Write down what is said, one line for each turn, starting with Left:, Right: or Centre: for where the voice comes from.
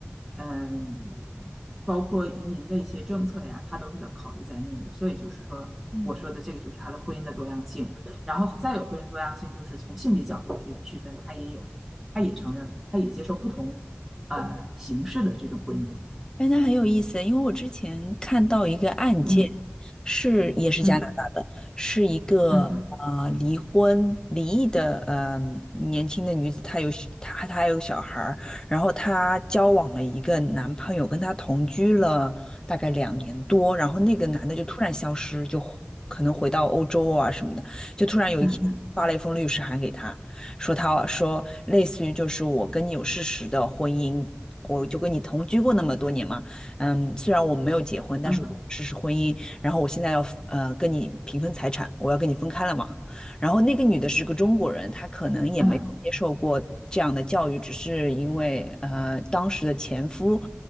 Centre: 啊嗯，包括移民的一些政策呀，他都是考虑在内的。所以就是说，
Left: 嗯。
Centre: 我说的这个就是他的婚姻的多样性，然后再有婚姻多样性，就是从性别角度去区分，他也有，他也承认，他也接受不同呃形式的这种婚姻。
Left: 哎，那很有意思，因为我之前看到一个案件，
Centre: 嗯
Left: 是也是加拿大的，
Centre: 嗯
Left: 是一个呃离婚离异的呃年轻的女子，
Centre: 嗯哼
Left: 她有小她她还有小孩儿，然后她交往了一个男朋友，跟她同居了大概两年多，然后那个男的就突然消失，就可能回到欧洲啊什么的，就突然有一天发了一封律师函给她，
Centre: 嗯哼
Left: 说她说类似于就是我跟你有事实的婚姻。我就跟你同居过那么多年嘛，嗯，虽然我没有结婚，
Centre: 嗯哼
Left: 但是我实施婚姻，然后我现在要呃跟你平分财产，我要跟你分开了嘛。然后那个女的是个中国人，她可能也没有接受过这样的教育，
Centre: 嗯，
Left: 只是因为呃当时的前夫